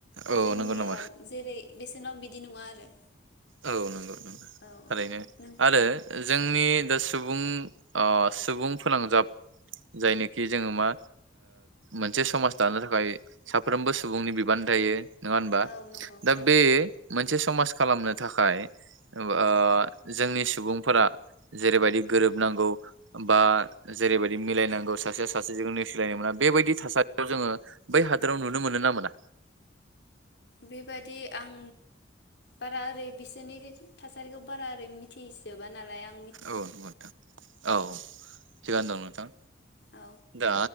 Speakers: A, on the right (about 85°); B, on the left (about 60°).
A: औ
B: जोंनियाव
A: नंगौ नामा
B: जेरै बेसेनाव बिदि नङा आरो।
A: औ नंगौ नंगौ
B: औ
A: थारैनो
B: नों
A: आरो जोंनि दा सुबुं अ सुबुं फोनांजाब जायनोखि जोङो मा मोनसे समाज दानो थाखाय साफ्रोमबो सुबुंनि बिबान थायो। नङा होनबा
B: औ नंगौ
A: दा
B: औ
A: बे मोनसे समाज खालामनो थाखाय ओ जोंनि सुबुंफोरा जेरैबायदि गोरोबनांगौ बा जेरैबायदि मिलायनांगौ सासेया सासेजों नेसिलायनो मोना बेबायदि थासारियाव जोङो बै हादोराव नुनो मोनो ना मोना
B: बेबायादि आं बारा ओरै बिसोरनि थासारिखौ बारा ओरै मिथिजोबा नालाय आं
A: औ नोंथां औ थिगानो दं नोथां
B: औ
A: दा